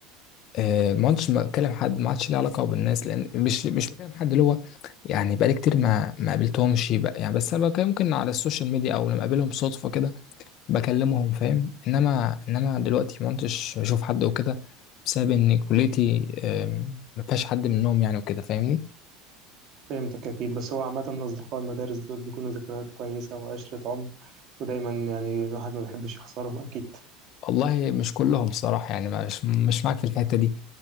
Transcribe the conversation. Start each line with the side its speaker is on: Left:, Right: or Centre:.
Left: آه، ما عدتش بكلم حد ما عادش ليه علاقة بالناس لأن مش مش بكلم حد اللي هو يعني بقالي كتير ما ما قابلتهمش بقى يعني بس أنا بكلم ممكن على السوشيال ميديا أو لما أقابلهم صدفة كده بكلمهم فاهم إنما إنما دلوقتي ما عدتش بشوف حد وكده بسبب إن كليتي آم، ما فيهاش حد منهم يعني وكده فاهمني
Right: فهمتك أكيد بس هو عامة أصدقاء المدارس دول بيكونوا ذكريات كويسة وعشرة عمر ودايما يعني الواحد ما بيحبش يخسرهم أكيد
Left: والله مش كلهم صراحة يعني مش مش معاك في الحتة دي